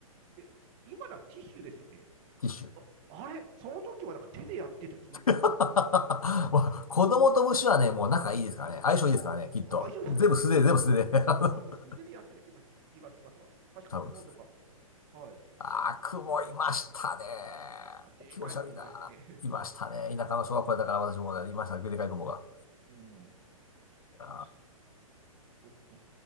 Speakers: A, on the right (about 30°); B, on the left (about 80°).
A: え、今だティッシュですよね。
B: ティッシュ。
A: あ、あれその時はなんか手でやってた記憶が。
B: <laughs> まあ子供と虫はね、もう仲いいですからね。相性いいですからね、
A: ああ、
B: きっと。
A: あ、一緒ですかね。
B: 全部素手で、全部素手で。<laughs> あの
A: 多分素手でやってる気がします気がしますわ。確か雲とかも。
B: 多分そうです
A: はい。
B: あー、雲いましたね。
A: あ、でかい雲いましたね。
B: 気持ち悪いな。いましたね。田舎の小学校だから私もね、
A: <laughs> うん。う
B: いましたね。でかい雲が。
A: んうん。
B: いや
A: 確か、そうそう。